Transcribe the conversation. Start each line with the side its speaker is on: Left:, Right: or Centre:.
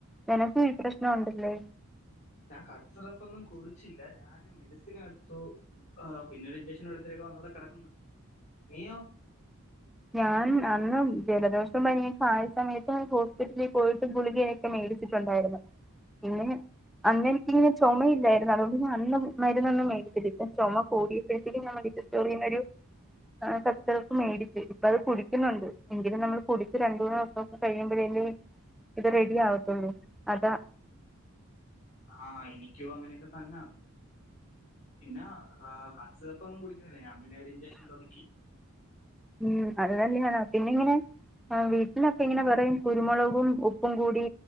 Centre: നിനക്കു ഈ പ്രശ്ന ഉണ്ടല്ലേ
Left: ഞാൻ കഫ്സിറപ്പൊന്നും കുടിച്ചില്ല ഞാന് മെഡിസിനെടുത്തു ആ പിന്നൊരുഞ്ചക്ഷനെടുത്തിവിടെ വന്ന്വിടെ കെടക്ക്ന്ന് നീയോ
Centre: ഞാനും അന്ന് ജലദോഷും പനിയൊക്കായ സമയത്ത് ഹോസ്പിറ്റലി പോയിട്ട് ഗുളിക ക്കെ മേടിച്ചിട്ടുണ്ടായിരുന്നു പിന്നെ അന്ന് എനിക്കിങ്ങനെ ചൊമയില്ലായിരുന്നു അതോണ്ട് അന്ന് മര്ന്നൊന്നും മേടിച്ചില്ല ഇപ്പം ചൊമ കൂടിയപ്പോഴത്തേക്കും <unintelligible> <unintelligible> കാര്യും ആഹ് കഫ്സിറപ്പ് മേടിച്ച് പ്പത് കുടിക്കുന്നുണ്ട് എങ്കിലും നമ്മള് കുടിച്ച് രണ്ട് മൂന്നൂസൊക്കെ കയ്യുമ്പഴല്ലേ ഇത് റെഡി ആവത്തൊള്ളു അതാ
Left: ആഹ് എനിക്കും അങ്ങനെയൊക്കെ തന്ന പിന്നെ കച് സിറപ്പൊന്നും കുടിക്കുന്നില്ല ഞാ പിന്നൊരു ഇൻചക്ഷല്ല് ഒതുക്കി
Centre: ഉം അത് തന്നെയാണ് പിന്നെങ്ങനെ ആ വീട്ടിലൊക്കെങ്ങനെ പറയും കുരുമുളകും ഉപ്പും കൂടി